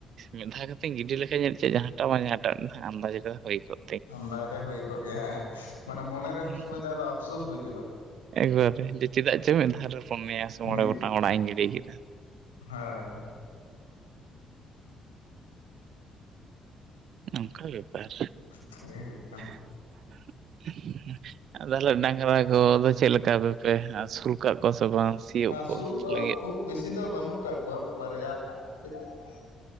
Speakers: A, on the right (about 55°); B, on the left (about 80°).
A: ᱢᱤᱫᱷᱟᱣ ᱠᱟᱛᱮᱧ ᱜᱤᱰᱤ ᱞᱮᱠᱷᱟᱡ ᱪᱮᱫ ᱡᱟᱦᱟᱸᱴᱟᱜ ᱵᱟᱝ ᱡᱟᱦᱟᱸᱴᱟᱜᱟᱜ ᱟᱱᱫᱟᱡ ᱦᱩᱭ ᱠᱚᱜᱼᱟ
B: ᱟᱢᱫᱟᱠᱟᱛᱮᱜ ᱜᱮ ᱦᱩᱭ ᱠᱚᱜ ᱜᱮᱭᱟ ᱦᱮᱸ ᱢᱟᱱᱮ ᱢᱚᱱᱮᱨᱮ
A: ᱦᱩᱸ
B: ᱩᱱ ᱥᱚᱢᱚᱭ ᱫᱚ ᱟᱨᱚ ᱟᱯᱥᱳᱥ ᱵᱩᱡᱩᱜᱼᱟ
A: ᱟᱨ ᱨᱮ ᱪᱮᱫᱟᱜ ᱪᱮ ᱢᱤᱫ ᱫᱷᱟ ᱨᱮ ᱯᱷᱚᱱ ᱢᱮᱭᱟ ᱥᱮ ᱢᱚᱬᱮ
B: ᱢᱤᱫ
A: ᱜᱚᱴᱟᱝ ᱚᱲᱟᱜ ᱤᱧ ᱜᱤᱰᱤ ᱠᱮᱫᱟ
B: ᱦᱮᱸ ᱦᱮᱸ
A: ᱱᱚᱝᱠᱟ ᱵᱮᱯᱟᱨ
B: ᱚᱱᱠᱟ ᱜᱮ ᱦᱩᱭᱩᱜ ᱠᱟᱱᱟ
A: <inaudible> ᱤᱱᱟ ᱛᱚᱞᱮ ᱰᱟᱝᱨᱟ ᱠᱚᱫᱚ ᱪᱮᱫ ᱞᱮᱠᱟᱯᱮᱥᱩᱞ ᱠᱟᱜ ᱠᱚᱣᱟ ᱥᱮ ᱵᱟᱝ ᱥᱤᱭᱳᱜ
B: ᱟᱨ
A: ᱠᱚ
B: ᱥᱩᱞ ᱫᱚ
A: ᱞᱟᱹᱜᱤᱫ?
B: ᱠᱷᱩᱵ ᱵᱮᱥᱤ ᱫᱚ ᱵᱟᱹᱱᱩᱜ ᱟᱠᱟᱫ ᱠᱚᱣᱟ ᱵᱟᱨᱭᱟ ᱢᱮᱱᱟᱜ ᱟᱠᱟᱫ ᱛᱱᱟ ᱟᱨ